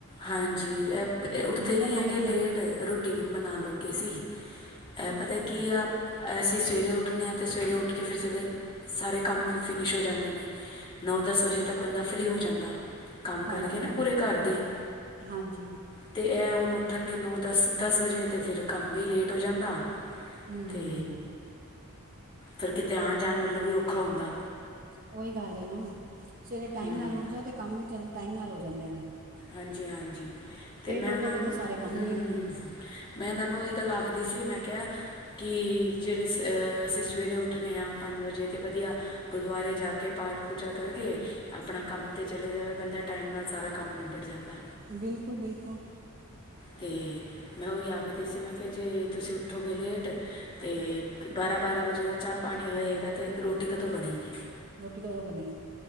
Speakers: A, on the left; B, on the right.
A: ਹਾਂਜੀ, ਐ
B: ਰੋਟੀਨ
A: ਉੱਠਦੇ ਵੀ
B: ਬਣਾਉਣ
A: ਹੈਗੇ
B: ਲੱਗੇ
A: ਲੇਟ
B: ਹੋ
A: ਰੂਟੀਨ ਬਣਾਉਣ ਲੱਗੇ ਸੀ। ਇਹ
B: ਅੱਛਾ
A: ਪਤਾ
B: ਅੱਛਾ
A: ਕੀ ਆ, ਅਸੀਂ ਸਵੇਰੇ ਉੱਠਣੇ ਆ ਤੇ ਸਵੇਰੇ ਉੱਠ ਕੇ ਫਿਰ ਸਰੇ ਸਾਰੇ ਕੰਮ ਵੀ ਫਿਨਿਸ਼ ਹੋ ਜਾਂਦੇ ਨੇ। ਨੌ-ਦਸ ਵਜੇ ਤੱਕ ਬੰਦਾ ਫ੍ਰਰੀ ਹੋ ਜਾਂਦਾ। ਕੰਮ ਕਰਕੇ
B: ਹਾਂਜੀ
A: ਨਾ,
B: ਹਾਂਜੀ
A: ਪੂਰੇ ਘਰ ਦੇ।
B: ਹਾਂਜੀ।
A: ਅਤੇ ਇਹ ਹੁਣ ਉੱਠਣਗੇ ਨੌ-ਦਸ-ਦਸ ਵਜੇ, ਤਾਂ ਫਿਰ ਕੰਮ ਵੀ ਲੇਟ ਹੋ ਜਾਂਦਾ।
B: ਹਮ-ਹਮ।
A: ਅਤੇ ਫਿਰ ਕਿਤੇ ਆਣ-ਜਾਣ ਵਲੋਂ ਵੀ ਔਖਾ ਹੁੰਦਾ।
B: ਉਹੀ ਗੱਲ ਹੈ ਨਾ, ਸਵੇਰੇ ਟਾਈਮ
A: ਹੂੰ
B: ਨਾਲ ਉੱਠ ਜਾਓ ਤੇ ਕੰਮ ਵੀ ਚ ਟਾਈਮ ਨਾਲ ਹੋ ਜਾਂਦੇ ਆ।
A: ਹਾਂਜੀ, ਹਾਂਜੀ। ਤੇ ਮੈਂ
B: ਉੱਠੋਗੇ
A: ਉਹਨਾਂ ਹੁ-ਹੁ-ਹੁ
B: ਤਾਂ ਸਾਰੇ ਕੰਮ ਲੇਟ
A: ਮੈਂ ਇਹਨਾਂ ਨੂੰ ਉਹੀ ਗੱਲ ਆਖਦੀ ਸੀ। ਮੈਂ ਕਿਹਾ ਕਿ ਜਿਹੜੇ ਅ ਅਸੀਂ ਸਵੇਰੇ ਉੱਠਨੇ ਹਾਂ, ਪੰਜ ਵਜੇ ਤੇ ਵਧੀਆ, ਗੁਰਦੁਆਰੇ ਜਾ ਕੇ ਪਾਠ-ਪੂਜਾ ਕਰਕੇ ਆਪਣਾ ਕੰਮ ਤੇ ਚਲੇ ਜਾਵੇ ਬੰਦਾ। ਟਾਈਮ ਨਾਲ ਸਾਰਾ ਕੰਮ ਨਿਬੜ ਜਾਂਦਾ।
B: ਬਿਲਕੁਲ-ਬਿਲਕੁਲ।
A: ਤੇ ਮੈਂ ਉਹੀ ਆਖਦੀ ਸੀ। ਮੈਂ ਕਿਹਾ, ਜੇ ਤੁਸੀਂ ਉੱਠੋਗੇ ਲੇਟ, ਤੇ ਬ ਬਾਰਾਂ ਵਜੇ ਦਾ ਚਾਹ-ਪਾਣੀ ਹੋਏਗਾ, ਤੇ ਰੋਟੀ ਕਦੋਂ ਬਣੇਗੀ?
B: ਰੋਟੀ ਕਦੋਂ ਬਨੇਗੀ?